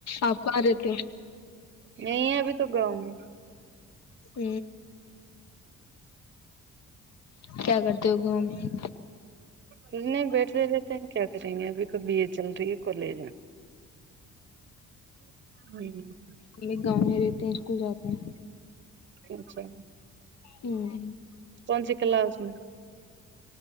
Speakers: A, on the left (about 60°); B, on the right (about 40°).
A: آپ کہاں رہتے
B: میں ابھی تو گاؤں میں
A: ہ کیا کرتے توگوں <unintelligible>
B: نہیں بیٹھتے رہتے ہیں کیا کریں گے ابھی کو بی اے چل رہی ہے کالج میں میں
A: ہ ایک گاؤں میں رہتے ہیں اسکول جاتے ہیں
B: اچھا
A: ہ
B: کون س کلا س میں